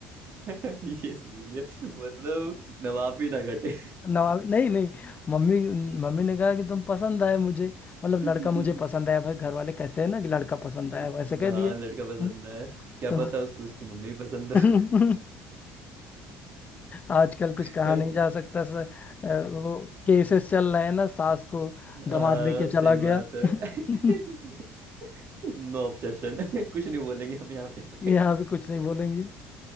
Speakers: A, on the right; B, on the left.
A: <laughs> ये सही है मतलब नवाब भी ना घटे
B: नवाब नहीं नहीं मम्मी मम्मी ने कहा कि तुम पसंद आए मुझे मतलब
A: <laughs>
B: लड़का मुझे पसंद आया भाई घर वाले कहते हैं ना कि लड़का पसंद आया
A: हाँ
B: वैसे कह दिया
A: लड़का पसंद
B: हम्म,
A: है क्या
B: तो
A: पता उसको उसकी मम्मी पसंद हो।
B: <laughs> आजकल कुछ
A: <laughs>
B: कहा
A: है
B: नहीं
A: कि
B: जा
A: नहीं?
B: सकता सर अ, वो केसेस चल रहे हैं ना सास को
A: हाँ
B: दामाद लेके
A: सही
B: चला
A: बात
B: गया
A: है
B: <laughs>
A: <laughs> No objection <laughs> कुछ नहीं बोलेंगे हम यहाँ पे
B: यहाँ भी कुछ नहीं बोलेंगे